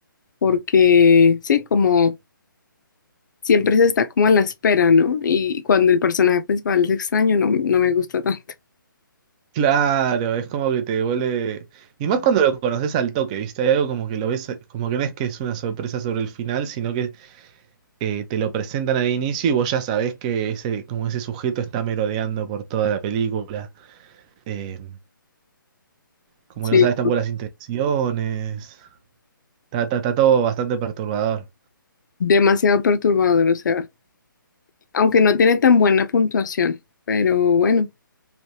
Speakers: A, on the left; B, on the right.
A: porque sí, como siempre se está como a la espera, ¿no? Y cuando el personaje principal es extraño, no, no me gusta tanto. <laughs>
B: Claro, es como que te devuelve. Y más cuando lo conoces al toque, ¿viste? Hay algo como que lo ves, como que no es que es una sorpresa sobre el final, sino que eh, te lo presentan al inicio y vos ya sabés que ese, como ese sujeto está merodeando por toda la película. Eh, como
A: Sí,
B: no sabes tampoco las intenciones. Está, está- está todo bastante perturbador.
A: demasiado perturbador, o sea, aunque no tiene tan buena puntuación, pero bueno,